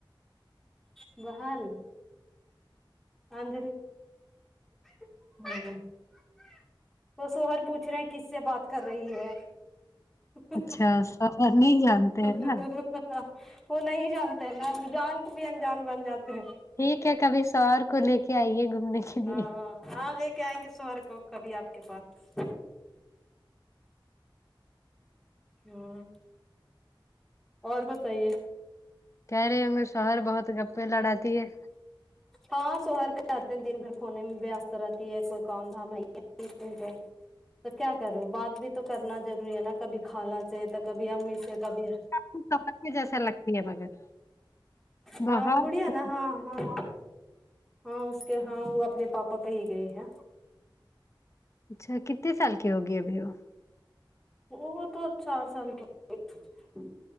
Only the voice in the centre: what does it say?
بحال ہاں ج <inaudible> تو سوہر پوچھ رہے کس سے بات کر رہی ہے ہ
ه
ہ وہ نہیں جانتے ہیں نا جان کے بھی انجان بن جاتے ہیں
ہاں
ہاں لے کے آئیں گے سوہر کو کبھی آپ کے پاس ہں اور بتائیے
ہاں شہر کے رہتے ہیں دن بھر کھونے میں وست رہتی ہے کوئی کام دھام ہے کو تو کیا کروں بات بھی تو کرنا ضروری ہے نا کبھی خالہ سے تو کبھی امی سے کبھی
ہاں
گڑیا نا ہاں ہاں ہاں ہاں اس کے ہاں وہ اپنے پاپا پہ ہی گئی ہے
وہ تو چار سال کے ہو